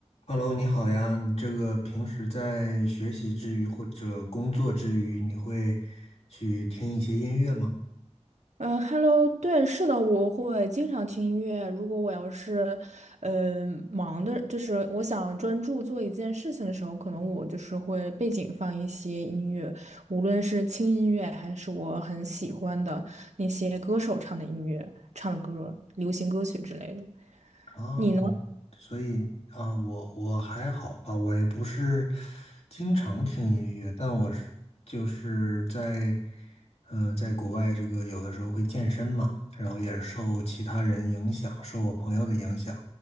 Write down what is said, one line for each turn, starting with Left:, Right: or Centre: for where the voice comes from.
Left: Hello，你好呀。你这个平时在学习之余或者工作之余，你会去听一些音乐吗？
Right: 呃，Hello，对，是的，我会经常听音乐。如果我要是，呃，忙的，就是我想专注做一件事情的时候，可能我就是会背景放一些音乐，无论是轻音乐还是我很喜欢的那些歌手唱的音乐、唱的歌、流行歌曲之类的。
Left: 啊，
Right: 你呢？
Left: 所以啊，我我还好吧，我也不是经常听音乐，但我是就是在嗯、呃在国外这个有的时候会健身嘛，然后也是受其他人影响，受我朋友的影响，